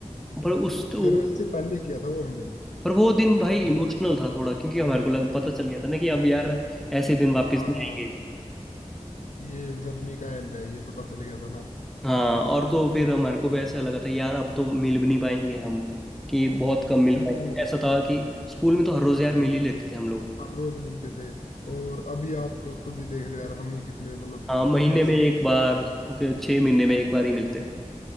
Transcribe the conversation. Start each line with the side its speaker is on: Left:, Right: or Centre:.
Centre: पर उस तो,
Left: फेयरवेल से पहले किया था वो हमने
Centre: पर वो दिन भाई
Left: अरे
Centre: इमोशनल था थोड़ा क्योंकि हमारे को लग पता चल गया था ना कि अब यार ऐसे दिन वापस
Left: हाँ
Centre: नहीं आएंगे
Left: ये जर्नी का एंड है ये पता चल गया था ना
Centre: हाँ और तो फिर हमारे को भी ऐसा लगा था यार अब तो मिल भी नहीं पाएंगे हम कि बहुत कम मिल
Left: हम्म
Centre: पाएंगे ऐसा था कि स्कूल में तो हर रोज यार मिल ही लेते थे हम लोग
Left: हर रोज मिलते थे और अभी आप खुद ही देख लो यार हम ही कितने मतलब
Centre: हाँ महीने
Left: कैसे
Centre: में एक
Left: कितने
Centre: बार
Left: कितने दिन हो गए।
Centre: के छः महीने में एक बार ही मिलते हैं